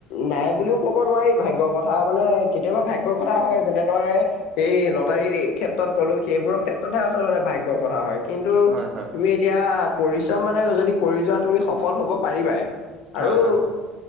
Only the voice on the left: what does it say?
নাই বুলিও ক'ব নোৱাৰি, ভাগ্যৰ কথা মানে, কেতিয়াবা ভাগ্যৰ কথা হয়। যেনেদৰে এই লটাৰীৰ এই ক্ষেত্ৰত কলোঁ, সেইবোৰৰ ক্ষেত্ৰতহে আচলতে ভাগ্যৰ কথা হয়। কিন্তু
তুমি এতিয়া পৰিশ্ৰম মানে যদি কৰি যোৱা, তুমি সফল হ'ব পাৰিবাই।
আৰু